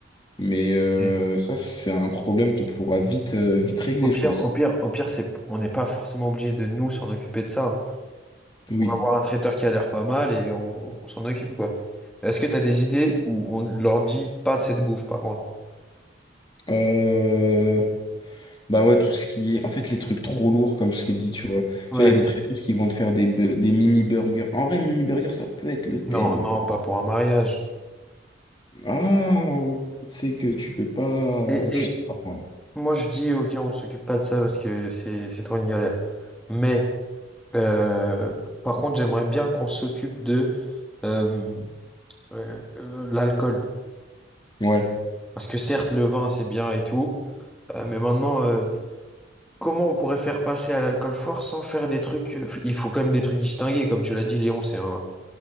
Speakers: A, on the left; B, in the centre.
A: mais euh,
B: Ok.
A: ça, c'est un problème qu'on pourra vite, euh, vite régler,
B: Au pire,
A: je pense.
B: au pire, au pire, c'est, on n'est pas forcément obligé de nous s'en occuper de ça.
A: Oui.
B: On va avoir un traiteur qui a l'air pas mal et on, on s'en occupe quoi. Est-ce que tu as des idées où on leur dit pas cette bouffe par contre?
A: Euh, bah ouais, tout ce qui est, en fait, les trucs trop lourds, comme je t'ai dit, tu vois.
B: Ouais.
A: Tu vois, il y a des traiteurs qui vont te faire des, bu- des mini burgers. En vrai, mini burger, ça peut être le thème.
B: Non, non,
A: hein.
B: pas pour un mariage.
A: Ah, c'est que tu peux pas,
B: Et,
A: tu
B: et
A: sais pas. Ouais.
B: moi je dis ok, on s'occupe pas de ça parce que c'est, c'est trop une galère. Mais euh, par contre, j'aimerais bien qu'on s'occupe de euh, euh, euh, l'alcool.
A: Ouais.
B: Parce que certes, le vin, c'est bien et tout, euh, mais maintenant, euh, comment on pourrait faire passer à l'alcool fort sans faire des trucs... euh, Il faut quand même des trucs distingués, comme tu l'as dit, Léon, c'est un,